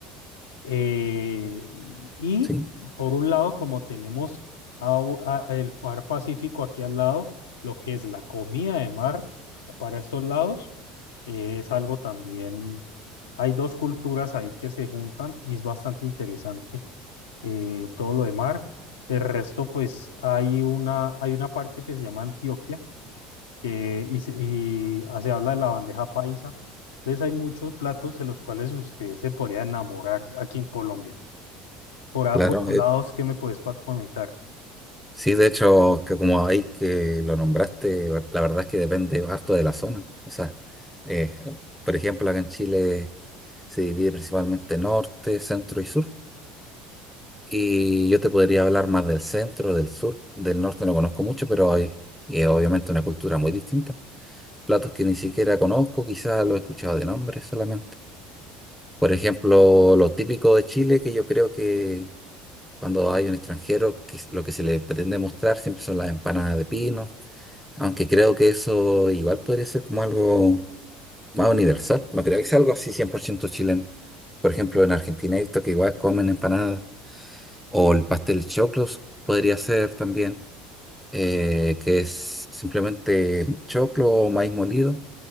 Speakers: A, on the left (about 85°); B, in the centre.
A: Eh, y
B: sí,
A: por un lado, como tenemos a- a- el mar Pacífico aquí al lado, lo que es la comida de mar para estos lados, eh, es algo también, hay dos culturas ahí que se juntan y es bastante interesante eh, todo lo de mar. El resto, pues hay una, hay una parte que se llama Antioquia que, y, se, y ah, se habla de la bandeja paisa. Entonces hay muchos platos de los cuales usted se podría enamorar aquí en Colombia. Por A,
B: claro.
A: por tu lado, ¿qué me puedes pa comentar?
B: Sí, de hecho, que como ahí que lo nombraste, la verdad es que depende harto de la zona. O sea, eh, por ejemplo, acá en Chile se divide principalmente norte, centro y sur. Y yo te podría hablar más del centro, del sur. Del norte no conozco mucho, pero hay y es obviamente una cultura muy distinta. Platos que ni siquiera conozco, quizás los he escuchado de nombre solamente. Por ejemplo, lo típico de Chile, que yo creo que cuando hay un extranjero, que es- lo que se le pretende mostrar siempre son las empanadas de pino Aunque creo que eso igual podría ser como algo más universal. No creo que sea algo así 100% chileno. Por ejemplo, en Argentina he visto que igual comen empanadas. O el pastel choclos podría ser también, eh, que es simplemente choclo o maíz molido,